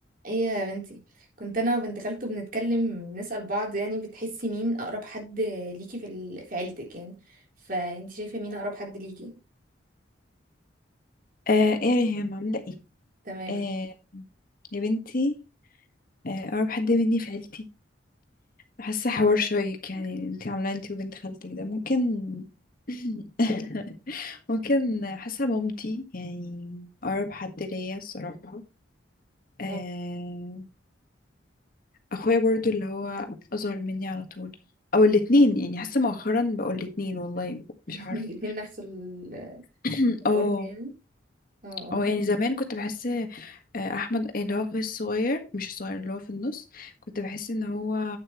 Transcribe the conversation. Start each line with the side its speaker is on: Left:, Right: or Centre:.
Right: ايه يا بنتي كنت انا وبنت خالته بنتكلم نسأل بعض يعني بتحسي مين اقرب حد ليكي في ال... في عيلتك يعني فانت شايفة مين اقرب حد ليكي
Left: آه ايه يا ريهام عاملة ايه
Right: تمام
Left: آه يا بنتي آه اقرب حد مني في عيلتي حاسة حوار شيق يعني اللي انتي عاملاه انتي وبنت خالتك ده ممكن <laughs> ممكن حاسة مامتي يعني اقرب حد ليا الصراحة آه
Right: اه
Left: اخويا برضو اللي هو اصغر مني على طول او الاتنين يعني حاسة مؤخرا بقول الاتنين والله
Right: <laughs>
Left: مش عارفة
Right: الاتنين نفس القرب
Left: <clears throat> اه
Right: يعني اه اه
Left: اه يعني زمان كنت بحس آه، احمد اللي هو اخوي الصغير مش الصغير اللي هو في النص كنت بحس ان هو